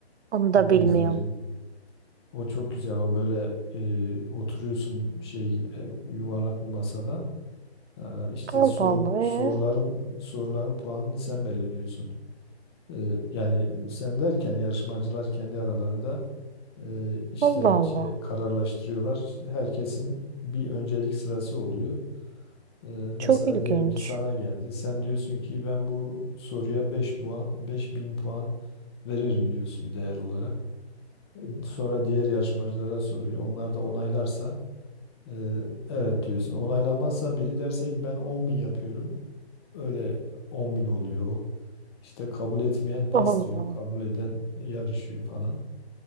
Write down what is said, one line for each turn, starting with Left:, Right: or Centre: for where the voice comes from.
Right: Onu
Left: Onu
Right: da bilmiyorum.
Left: izlerim. O çok güzel. O böyle e, oturuyorsun şey gibi e, yuvarlak bir masada. Ha, işte
Right: Allah
Left: soru
Right: Allah.
Left: soruların
Right: ee?
Left: soruların puanını sen belirliyorsun. E, yani sen derken yarışmacılar kendi aralarında e, işte
Right: Allah Allah.
Left: şey kararlaştırıyorlar. İşte herkesin bir öncelik sırası oluyor. Ee, mesela
Right: Çok ilginç.
Left: diyelim ki sana geldi. Sen diyorsun ki ben bu soruya 5 puan, 5000 puan veririm diyorsun değer olarak. Ee, Sonra diğer yarışmacılara soruyor. Onlar da onaylarsa e, evet diyorsun. Onaylamazsa biri derse ki ben on bin yapıyorum. Öyle on bin oluyor o. İşte kabul etmeyen pas
Right: Allah.
Left: diyor. Kabul eden yarışıyor falan.